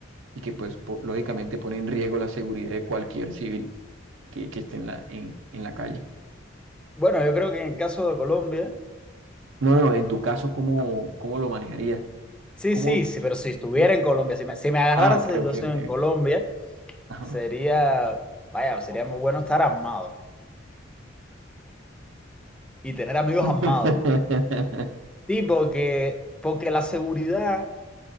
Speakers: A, on the right; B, in the centre.
A: y que, pues, po- lógicamente pone en riesgo la seguridad de cualquier civil que, que esté en la, en, en la calle?
B: Bueno, yo creo que en el caso de Colombia,
A: No, no, en tu caso, ¿cómo, cómo lo manejarías?
B: sí,
A: ¿Cómo,
B: sí, sí, pero si estuviera
A: sí?
B: en Colombia, si me, si me agarrara
A: Ah,
B: esa
A: ok,
B: situación
A: ok, ok.
B: en Colombia,
A: Ajá.
B: sería, vaya, sería muy bueno estar armado y tener amigos
A: <laughs>
B: armados. Sí, porque, porque la seguridad